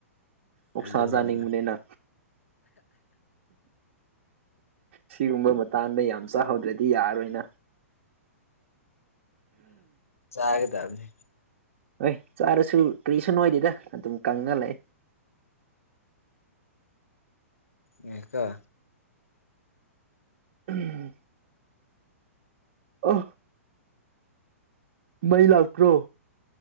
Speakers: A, on the right; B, on the left.
A: ꯑꯣꯞꯁꯥ
B: ꯑꯗꯨꯅꯤꯗꯅ
A: ꯆꯥꯅꯤꯡꯕꯅꯤꯅ ꯁꯤꯒꯨꯝꯕ ꯃꯇꯥꯡꯗ ꯌꯥꯝ ꯆꯥꯍꯧꯗ꯭ꯔꯗꯤ ꯌꯥꯔꯔꯣꯏꯅ
B: ꯆꯥꯒꯦꯗꯕꯅꯤ
A: ꯍꯣꯏ ꯆꯥꯔꯁꯨ ꯀꯔꯤꯁꯨ ꯅꯣꯏꯗꯦꯗ ꯑꯗꯨꯝ ꯀꯪꯅ ꯂꯩ
B: ꯎꯝ ꯏꯀ
A: ꯎꯝ ꯑ ꯃꯩꯂꯥ ꯀ꯭ꯔꯣ